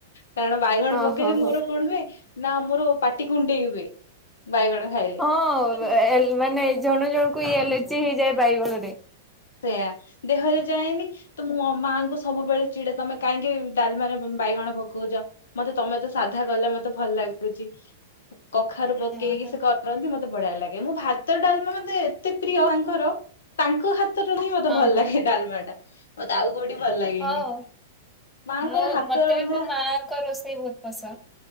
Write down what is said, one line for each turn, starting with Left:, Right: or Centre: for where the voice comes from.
Left: କାରଣ ବାଇଗଣ
Centre: ହଁ
Left: ପକେଇଲେ
Centre: ହଁ ହଁ
Left: ମୋର କଣ ହୁଏ ନା ମୋର ପାଟି କୁଣ୍ଡେଇ ହୁଏ। ବାଇଗଣ ଖାଇଲେ।
Centre: ହଁ
Left: ତ
Centre: ମାନେ ଜଣ ଜଣଙ୍କୁ ଇ ଏଲର୍ଜି ହେଇଯାଏ ବାଇଗଣ ରେ।
Left: ସେଇୟା ଦେହରେ ଯାଏନି ତୁ ମୋ ମାଙ୍କୁ ସବୁବେଳେ ଚିଡ଼େ ତମେ କାହିଁକି ଡାଲି ମାନେ ବାଇଗଣ ପକାଉଛ ମତେ ତମେ ତ ସାଧା କଲେ ମତେ ଭଲ ଲାଗୁଛି କଖାରୁ ପକେଇକି
Centre: ହଁ ହଁ
Left: ସେ କରନ୍ତି ମତେ ବଢିଆ ଲାଗେ ମୁଁ ଭାତ ଡାଲମା ମତେ ଏତେ ପ୍ରିୟ ତାଙ୍କର ତାଙ୍କ ହାତ ହାତର ହିଁ ମତେ
Centre: ହଁ
Left: ଭଲ
Centre: ହଁ।
Left: ଲାଗେ ଡାଲମା ଟା ମତେ ଆଉ କୋଉଠି ଭଲ ଲାଗେନି
Centre: ହଉ।
Left: ମାଙ୍କର
Centre: ମୋ
Left: ହାତ
Centre: ମତେ
Left: ରନ୍ଧା
Centre: ବି ମୋ <inaudible> ପସନ୍ଦ